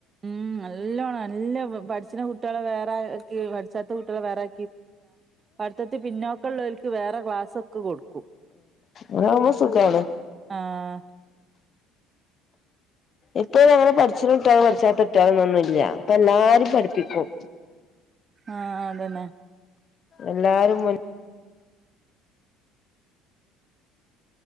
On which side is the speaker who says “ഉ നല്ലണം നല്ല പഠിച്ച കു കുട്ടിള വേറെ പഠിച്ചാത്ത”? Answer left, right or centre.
Right